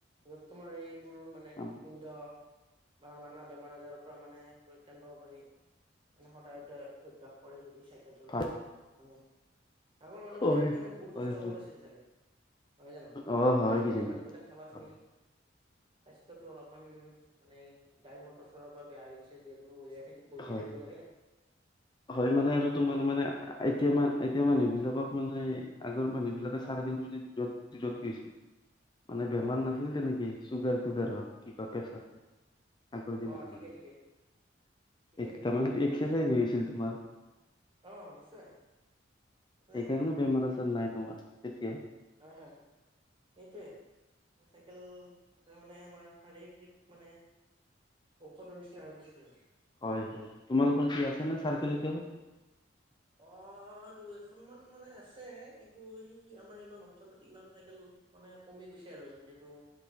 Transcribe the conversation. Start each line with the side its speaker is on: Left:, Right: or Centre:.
Right: য'ত তোমাৰ এইবোৰ মানে
Left: কাম
Right: হৃদপিণ্ড বা নানা বেমাৰ আজাৰৰ পৰা মানে পৰিত্ৰাণ পাব পাৰি, মানে সদায় এটা অভ্যাস কৰে যদি চাইকেল চলােৱাটো
Left: ভাল
Right: মানে আগৰ মানুহবোৰে
Left: হয়
Right: সেইকাৰণে বহুত সুস্থ
Left: হয় হয়
Right: সবল আছিল চাগে, নহয় জানো?
Left: অ হয়
Right: আজিকালি
Left: কিজানি
Right: মানুহবিলাক চাবা তুমি
Left: হয়
Right: স্বাস্থ্যটো অলপমান মানে গাড়ী মটৰ চলাৰ পৰা বেয়া হৈ গৈছে, যিহেতু থাক বহিয়ে
Left: হয়
Right: থাকিব
Left: হয়
Right: লাগে। পেটেল
Left: হয় মানে
Right: এইবিলাক
Left: আৰু তোমাৰ
Right: মাৰিবই
Left: মানে
Right: নালাগে
Left: এতিয়া মান এতিয়া
Right: হয়
Left: মানুহবিলাকক মানে, আগৰ মানুহবিলাকে
Right: হয়
Left: চাৰকেল মাৰি দূৰত দূৰত গৈছিল, মানে বেমাৰ
Right: হয়
Left: না ছিল তেনেকে, চুগাৰ তুগাৰ হওক কিবা প্ৰেছাৰ চেচাৰ। আগৰ দিনত
Right: অ ঠিকে
Left: মানুহৰ।
Right: ঠিকে ঠিকে
Left: এ
Right: ঠিকে
Left: তাৰ মানে এক্সাৰচাইজ
Right: হয় হয়
Left: হৈ আছিল। তোমাৰ সেইকাৰণে
Right: অ নিশ্চয় মানে
Left: বেমাৰ
Right: বহুত
Left: আজাৰ নাই তোমাৰ। তেতিয়া।
Right: হয়, হয় সেইটোৱে। চাইকেল, এটা মানে, আমাৰ শাৰীৰিক মানে- ঔষধৰ নিচিনা হৈ গৈছিল আৰু।
Left: হয়ঁ হয়ঁ, তোমালোকৰ কি আছে নে চাইকেল এতিয়াও।
Right: অঁ দুই এখন মান মানে আছে, কিন্তু সেই আমাৰ ইমান- অঞ্চলটোত ইমান চাইকেল মানে কমি গৈছে আৰু যিহেতু-